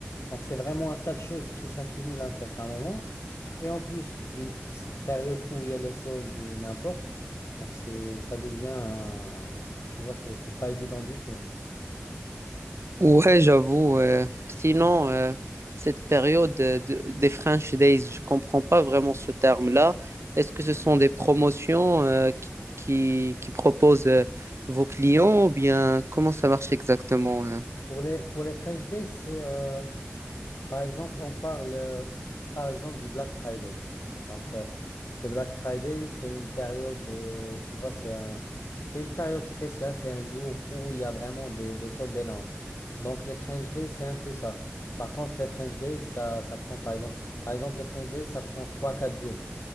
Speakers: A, on the left; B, on the right.
A: Donc, c'est vraiment un tas de choses qui s'accumulent à un certain moment. Et en plus d'une ps- période où il y a les soldes ou n'importe, donc c'est, ça devient, un- tu vois, c'est c'est pas évident du tout.
B: Ouais, j'avoue. euh, sinon, euh, cette période de- de- des French Days, je comprends pas vraiment ce terme-là. Est-ce que ce sont des promotions euh, qui, qui qui proposent euh, vos clients ou bien comment ça marche exactement? euh
A: Pour les, pour les French Days, c'est, euh, par exemple, on parle, euh, par exemple, du Black Friday. Donc, euh, le Black Friday, c'est une période, euh, tu vois, c'est un, c'est une période spéciale, c'est un jour où il y a vraiment des, des soldes énormes. Donc, les French Days, c'est un peu ça. Par contre, les French Days, ça, ça prend, par exemple, par exemple, les French Days, ça prend trois quatre jours.